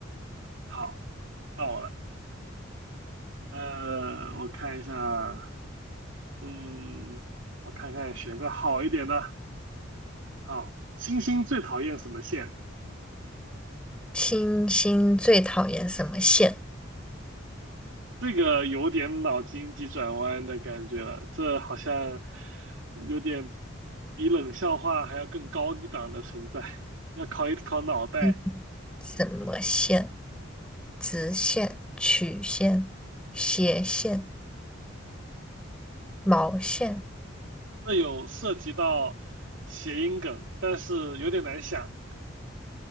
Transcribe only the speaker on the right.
好，到我了。呃，我看一下，嗯，我看看选个好一点的。好，星星最讨厌什么线？
这个有点脑筋急转弯的感觉了，这好像有点比冷笑话还要更高一档的存在，要考一考脑袋。
这有涉及到谐音梗，但是有点难想，